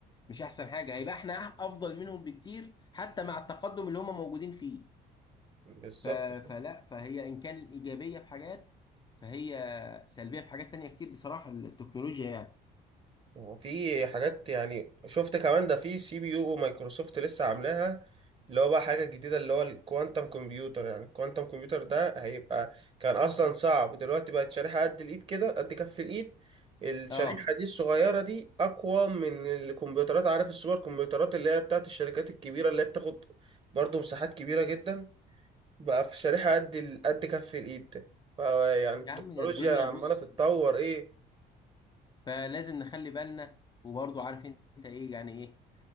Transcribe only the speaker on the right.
بالظبط
هو في حاجات يعني شفت كمان ده في سي بي يو مايكروسوفت لسه عاملاها اللي هو بقى حاجة جديدة اللي هو الكوانتم كمبيوتر يعني الكوانتم كمبيوتر ده هيبقى كان أصلا صعب دلوقتي بقت شريحة قد الإيد كده قد كف الإيد الشريحة
دي الصغيرة دي أقوى من الكمبيوترات عارف السوبر كمبيوترات اللي هي بتاعت الشركات الكبيرة اللي هي بتاخد برضه مساحات كبيرة جدا بقى في شريحة قد ال- قد كف الإيد ده فيعني التكنولوجيا
عمالة
تتطور إيه